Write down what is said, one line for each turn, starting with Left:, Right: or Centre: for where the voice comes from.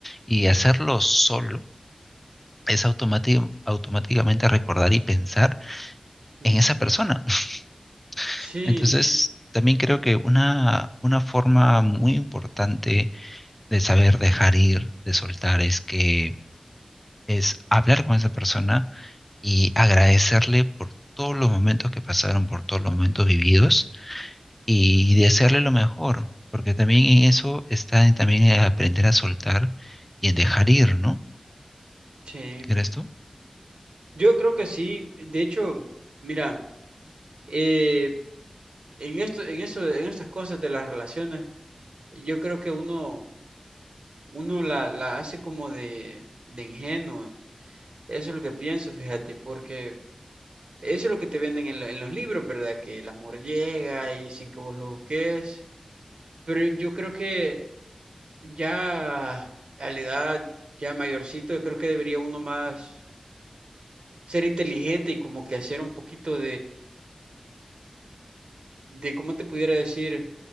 Centre: Y hacerlo solo es automáti- automáticamente recordar y pensar
Right: Ujú.
Centre: en esa persona. <laughs>
Right: Sí,
Centre: Entonces,
Right: sí.
Centre: también creo que una, una forma muy importante de saber dejar ir, de soltar, es que es hablar con esa persona y agradecerle por todos los momentos que pasaron, por todos los momentos vividos y
Right: ujú,
Centre: desearle lo mejor, porque también en eso está en también en aprender a soltar y en dejar ir, ¿no?
Right: Sí.
Centre: ¿Crees tú?
Right: Yo creo que sí. De hecho, mira, eh, en esto, en eso, en estas cosas de las relaciones, yo creo que uno, uno la, la hace como de, de ingenua. Eso es lo que pienso, fíjate, porque eso es lo que te venden en, lo- en los libros, ¿verdad? Que el amor llega y sin que vos lo busques. Pero yo creo que ya a la edad ya mayorcito, yo creo que debería uno más ser inteligente y como que hacer un poquito de cómo te pudiera decir,